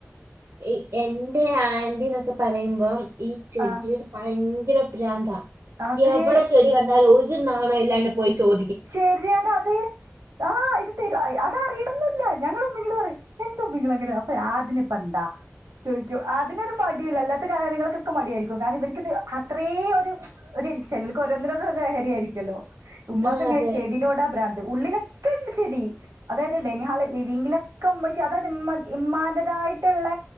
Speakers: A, on the right; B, on the right.
A: ഈ എന്റെ ആൻ്റിന്നൊക്കെ പറയുമ്പോം ഈ ചെടിടെ
B: ആ
A: ഭയങ്കര പ്രാന്താ.
B: അതെ
A: എവടെ ചെടി കണ്ടാലും ഒരു നാണം ഇല്ലാണ്ട് പോയി ചോദി
B: ശെരിയാടോ അത് ആഹ് ഇത് <unintelligible> അതറിയണൊന്നു ഇല്ല ഞങ്ങള് ഉമ്മിനോട് പറയും എന്തോമ്മീങ്ങള് ഇങ്ങനെ അപ്പ അതിനിപ്പെന്താ ചോദിക്കൂ അതിനൊരു മടിയൂല്ല അല്ലാത്ത കാര്യങ്ങൾക്കൊക്കെ മടിയായിരിക്കും കാരണം ഇവർക്കിത് അത്രേ ഒരു <unintelligible> ചിലർക്ക് ഓരോന്നിന് ഓരോ ലഹരി ആയിരിക്കല്ലോ. ഉമ്മാക്ക്ങ്ങനെ
A: ആ അതെ
B: ചെടിനോടാ ബ്രാന്ത് ഉള്ളിലൊക്കെണ്ട് ചെടി. അതായത് ഡെനിഹാള് ലിവിങ്ങില് ഒക്കെ ഉമ്മച്ചി അതത് ഇമ്മ ഇമ്മാന്റെതായിട്ടിള്ള